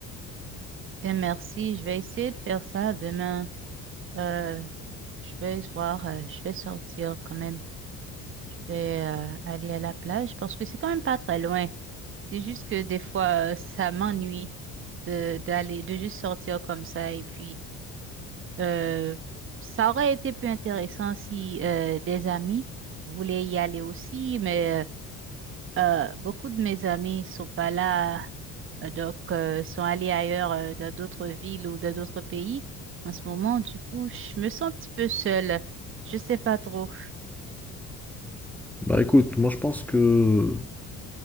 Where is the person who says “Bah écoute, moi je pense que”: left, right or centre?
Centre